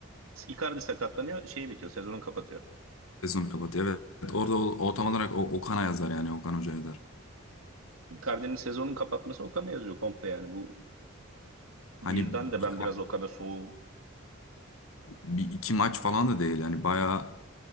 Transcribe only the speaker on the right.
Icardi sakatlanıyor. Şey bitiyor. Sezonu kapatıyor.
Icardi'nin sezonun kapatması Okan'a yazıyor komple yani. Bu, bu
yüzden de
ben biraz Okan'a soğuğum.